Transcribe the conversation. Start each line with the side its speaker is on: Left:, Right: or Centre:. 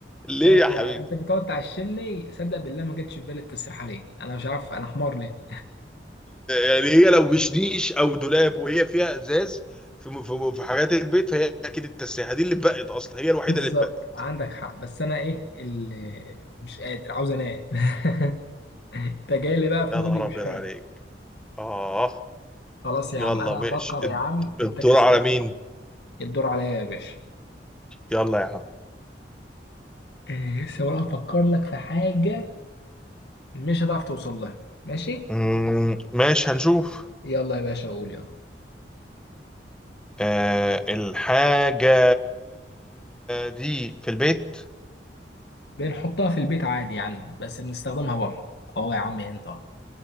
Centre: ليه
Left: ماشي
Centre: يا حبيبي؟
Left: يعني أنت بتقعد تعشمني صدق بالله ما جتش في بالي التسريح عليه أنا مش عارف أنا حمار ليه
Centre: يعني هي لو مش نيش او دولاب وهي فيها ازاز في في في حاجات البيت فهي اكيد التسريحه دي اللي اتبقت اصلا هي الوحيده
Left: بالظبط
Centre: اللي اتبقت
Left: عندك حق بس أنا إيه اللي مش قادر عاوز أنام <laughs> أنت جاي لي بقى في
Centre: يا
Left: مودي
Centre: نهار
Left: مش
Centre: ابيض
Left: حلو
Centre: عليك اه
Left: خلاص يا
Centre: يلا
Left: عم انا
Centre: ماشي
Left: هفكر
Centre: الد-
Left: يا عم انت
Centre: الدور
Left: كسبان
Centre: على مين
Left: الدور عليا يا باشا
Centre: يلا يا عم
Left: إيه، لسه ولا هفكر لك في حاجة مش هتعرف توصل لها ماشي
Centre: مم، ماشي هنشوف
Left: يلا يا باشا قول يلا
Centre: آه الحاجة دي في البيت
Left: بنحطها في البيت عادي يعني بس بنستخدمها بره اهو يا عم انت أهو.